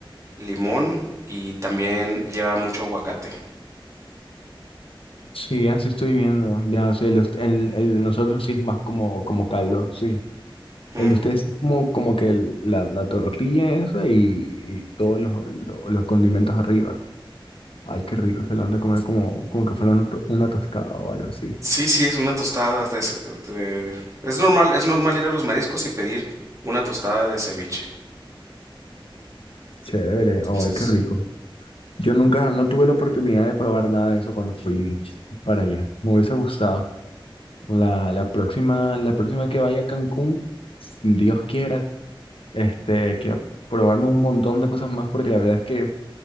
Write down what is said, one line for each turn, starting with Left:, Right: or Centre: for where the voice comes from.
Right: limón y también lleva mucho aguacate.
Left: Sí, así estoy viendo. Ya, o sea, el, ust- el- el de nosotros sí es más como, como caldo, sí.
Right: Ujú.
Left: El de ustedes es como, como que el- la, la tortilla esa y, y todos los, los, los condimentos arriba. Ay, qué rico, se lo han de comer como, como que fuera una, to- una tostada o algo así.
Right: Sí, sí, es una tostada de, ce- de- Es normal, es normal ir a los mariscos y pedir una tostada de ceviche.
Left: Chévere, ay,
Right: Entonces,
Left: qué rico. Yo nunca, no tuve la oportunidad de probar nada de eso cuando fui para allá. Me hubiese gustado. La, la próxima, la próxima que vaya a Cancún, si Dios quiera, este, quiero probarme un montón de cosas más porque la verdad es que